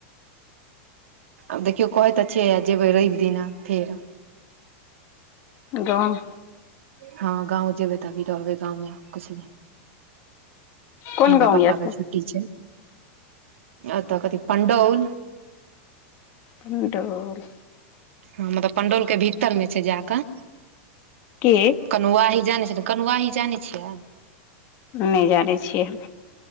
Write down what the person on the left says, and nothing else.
गांव?
कोन
गाँव
यऽ
से
पण्डौल
के
नैय जानै छियै।